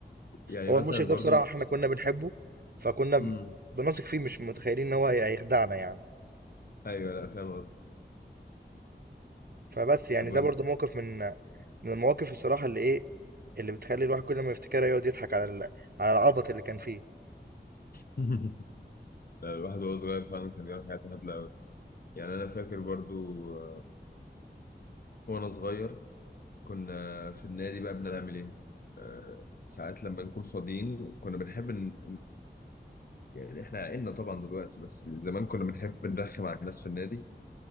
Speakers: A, on the left; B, on the right.
A: يعني
B: هو
A: مثلا
B: المشرف ده
A: برضو
B: بصراحه احنا كنا بنحبه فكنا
A: امم
B: بنثق فيه مش متخيلين ان هو هيخدعنا يعني
A: ايوه لا فاهم قصدي
B: فبس يعني
A: طب
B: ده
A: وانت
B: برضو موقف من من المواقف الصراحة اللي ايه اللي بتخلي الواحد كل ما يفتكرها يقعد يضحك على ال- على العبط اللي كان فيه
A: <laughs> لا، الواحد وهو صغير فعلا كان بيعمل حاجات هبلة أوي يعني أنا فاكر برضو آه، وأنا صغير كنا في النادي بقى بنعمل ايه آه، ساعات لما نكون فاضيين كنا بنحب ن... يعني احنا عقلنا طبعا دلوقتي بس زمان كنا بنحب نرخم على الناس في النادي